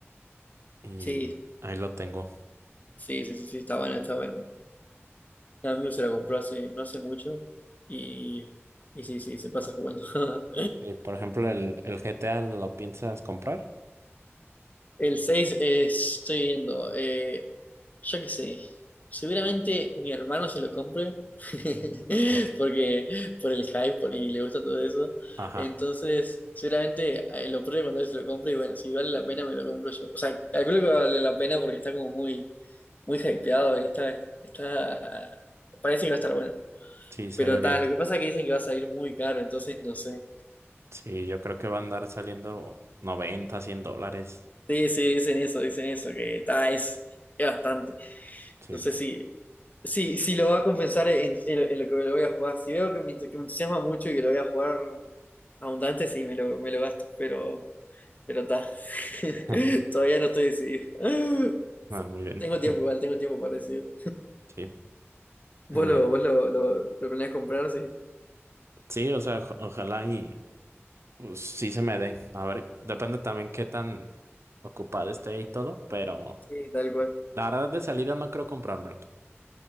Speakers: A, on the right; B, on the left.
A: y
B: Sí,
A: ahí lo tengo.
B: sí, sí, sí, sí, está bueno, está bueno. Un amigo se la compró hace, no hace mucho y, y sí, sí, se pasa jugando. <laughs>
A: Y por ejemplo, el, el GTA lo piensas comprar?
B: El 6 es- estoy viendo, eh, yo qué sé, seguramente mi hermano se lo compre <laughs>
A: Ah.
B: porque por el hype por- y le gusta todo eso.
A: Ajá,
B: Entonces, seguramente eh, lo pruebe cuando él se lo compre y bueno, si vale la pena me lo compro yo. O sea, calculo que vale la pena porque está como muy, muy hypeado y está, está, parece que va a estar bueno.
A: sí, se
B: Pero
A: ve bien.
B: tal, lo que pasa es que dicen que va a salir muy caro, entonces no sé.
A: Sí, yo creo que va a andar saliendo 90 100 dólares.
B: Sí, sí, dicen eso, dicen eso, que ta es, es bastante.
A: Sí.
B: No sé si, si, si lo va a compensar en, en- en lo que lo voy a jugar. Si veo que me, que me entusiasma mucho y que lo voy a jugar abundante, sí, me lo, me lo gasto, pero, pero ta <laughs>
A: <laughs>
B: Todavía no estoy decidido. <gasps>
A: Ah, muy bien.
B: Tengo tiempo
A: <laughs>
B: igual, tengo tiempo para decidir.
A: Sí.
B: ¿Vos
A: Eh,
B: lo, vos lo, lo, lo planeás comprar? Sí,
A: sí, o sea, oj- ojalá y pues, sí se me dé. A ver, depende también qué tan ocupado esté y todo, pero
B: sí, tal cual.
A: la verdad de salida no creo comprármelo.